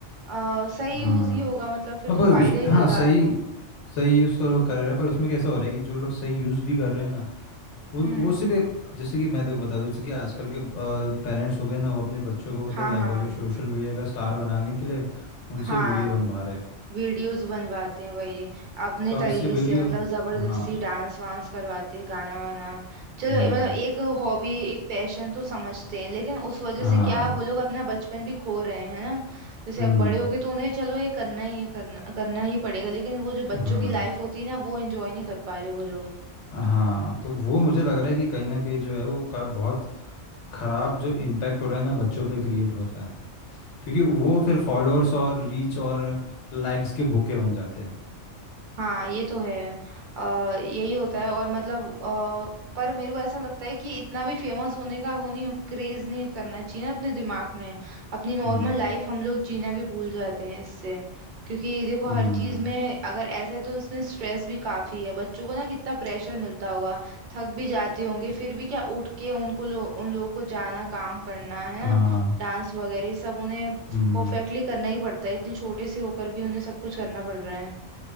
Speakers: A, on the right; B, on the left.
A: अ, सही
B: हम्म
A: यूज ही होगा मतलब फिर
B: हाँ,
A: तो
B: पर
A: फायदा
B: उस
A: ही
B: हाँ
A: देगा
B: सही
A: आपको
B: सही यूज़ तो लोग कर रहे हैं पर उसमें कैसा हो रहा है कि जो लोग सही यूज़ भी कर रहे हैं ना वो
A: हम्म
B: वो सिर्फ एक- जैसे कि मैं तेको बता दूं जैसे कि आजकल के पेरेंट्स हो गए ना वो अपने बच्चों को पता
A: हाँ
B: है क्या
A: हाँ
B: कर रहे हैं सोशल मीडिया का स्टार बनाने के लिए उनसे
A: हाँ
B: वीडियो बनवा रहे हैं
A: वीडियोस बनवाते हैं वही अपने
B: तो
A: तरीके
B: अब इससे वीडियो
A: से मतलब जबरदस्ती
B: हाँ
A: डांस वांस करवाते हैं गाना वाना चलो
B: हम्म
A: मतलब एक हॉबी एक पैशन तो समझते हैं लेकिन उस वजह
B: हाँ
A: से क्या वो लोग अपना बचपन भी खो रहे हैं है ना जैसे
B: हम्म
A: अब बड़े हो गए तो उन्हें चलो ये करना ही है करना करना ही पड़ेगा लेकिन वो जो
B: हम्म
A: बच्चों की लाइफ होती है ना वो एंजॉय नहीं कर पा रहे वो लोग
B: हाँ तो वो मुझे लग रहा है कि कहीं ना कहीं जो है वो का बहुत ख़राब जो इम्पैक्ट हो रहा है ना बच्चों पे क्रिएट होता है क्योंकि वो फिर फॉलोअर्स और रीच और लाइक्स के भूखे बन जाते हैं
A: हाँ ये तो है अ, यही होता है और मतलब अ, पर मेरे को ऐसा लगता है कि इतना भी फेमस होने का वो नहीं क्रेज नहीं करना चाहिए ना अपने दिमाग में अपनी नॉर्मल
B: हम्म
A: लाइफ हम लोग जीना भी भूल जाते हैं इससे क्योंकि देखो
B: हम्म
A: हर चीज में अगर ऐसा है तो इसमें स्ट्रेस भी काफी है बच्चों को ना कितना प्रेशर मिलता होगा थक भी जाते होंगे फिर भी क्या उठ के उनको लो, उन लोगों को जाना काम करना है ना
B: हाँ
A: डांस वगैरह ये सब उन्हें
B: हम्म
A: परफेक्टली करना ही पड़ता है इतने छोटे से होकर भी उन्हें सब कुछ करना पड़ रहा है